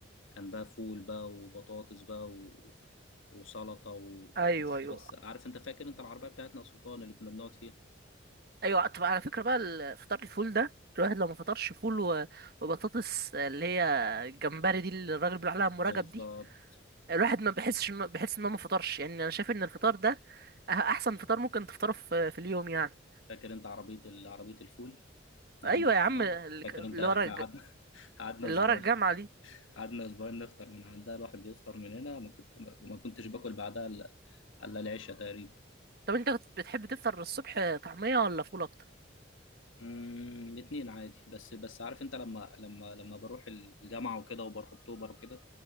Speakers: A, on the left (about 90°); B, on the right (about 50°).
A: كان بقى فول بقى وبطاطس بقى و... وسلطة و...
B: ايوه
A: بس
B: ايوه
A: بس عارف انت فاكر انت العربية بتاعتنا يا سلطان اللي كنا بنقعد فيها
B: ايوه طب على فكره بقى ال- فطار الفول ده الواحد لو ما فطرش فول و- وبطاطس اللي هي الجمبري دي اللي الراجل بيقول عليها ام رجب
A: بالظبط
B: دي الواحد ما بيحسش إن- بيحس ان هو ما فطرش يعني انا شايف ان الفطار ده أه- احسن فطار ممكن تفطره في في اليوم يعني
A: فاكر انت عربية ال- عربية الفول اللي
B: ايوه
A: عند القناة
B: يا عم اللي
A: فاكر انت احنا
B: ورا
A: قعدنا <laughs> قعدنا
B: اللي
A: اسبوعين
B: ورا الجامعة دي
A: قعدنا اسبوعين نفطر من عندها الواحد بيفطر من هنا ما كنت ما ما كنتش باكل بعدها الا إلا العشاء تقريبا
B: طب انت كنت بتحب تفطر الصبح طعمية ولا فول اكتر
A: امم الاثنين عادي بس بس عارف انت لما لما لما بروح الجامعه وكده وبروح اكتوبر وكده